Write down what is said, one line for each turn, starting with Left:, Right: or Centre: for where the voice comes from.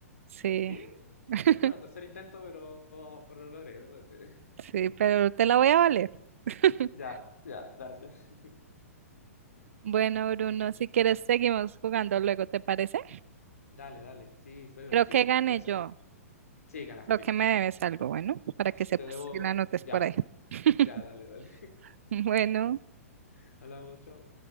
Right: sí.
Left: Bien.
Right: <laughs>
Left: Bueno, tercer intento, pero, pero lo logré, lo logré.
Right: Sí, pero te la voy a valer. <laughs>
Left: Ya, ya, gracias.
Right: Bueno, Bruno, si quieres seguimos jugando luego, ¿te parece?
Left: Dale, dale. Sí, fue divertido.
Right: Creo que gané
Left: Hay que hacerlo.
Right: yo.
Left: Sí, ganaste.
Right: Creo que me debes algo, bueno, para que sepas
Left: Te debo.
Right: y la anotes
Left: Ya,
Right: por ahí. <laughs>
Left: ya, dale, dale.
Right: Bueno.
Left: <laughs> Hablamos, chao.